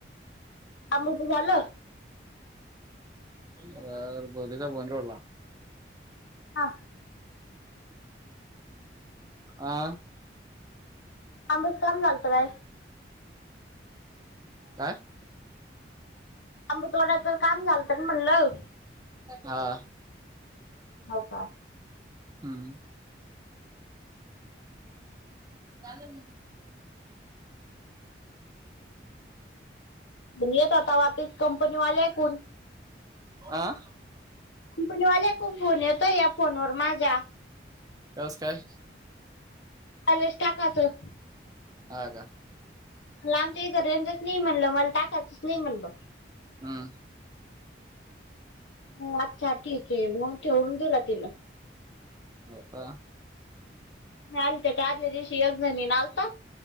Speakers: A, on the left (about 85°); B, on the right (about 20°).
A: आम त झाल.
B: व बधदा बन वाला
A: हा.
B: हा.
A: आम बसकाम घालता काय?
B: काय?
A: आांब थोड्याच काम झालं का म्हणलं?
B: हां
A: हाव का?
B: हम्म कागल म
A: ण येत आता वापीस कंपनी वाले ऐकून.
B: आं
A: कंपनी वाल्या कून फोन येतोय या फोनवर माझ्या
B: नमस्कार
A: बॅलेन्स टाकायचं.
B: हां का.
A: म्हणल आमच्या इथ तर रेंजच नाही म्हणलं मला टाकायच नाही म्हणलं‌
B: हम्म
A: हो अच्छा ठीक आहे मग ठेवून दिला तिनं.
B: हो का.
A: आल त्या तर आदल्या दिवशी एकजणीन आलता